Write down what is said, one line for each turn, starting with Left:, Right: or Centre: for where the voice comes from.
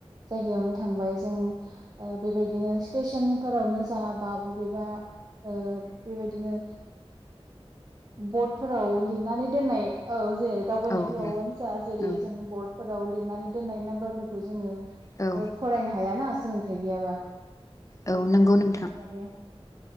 Right: जायगायावनो थांबाय जों ओ बेबायदिनो स्टेसनफोरावनो जा बा बबेबा ओं बेबायदिनो बर्डफोराव लिरनानै दोननाय औ जे दावबायनायफोरावनो
Left: औ औ
Right: जा जेरै
Left: औ
Right: जों बर्ड फोराव लिरनानै दोननाय नाम्बारफोरखौ जोङो
Left: औ
Right: फरायनो हायाना। सोलोंथाइ गैयाबा।
Left: औ
Right: बेफोर
Left: नंगौ
Right: बायदिखायनो
Left: नोंथां
Right: माने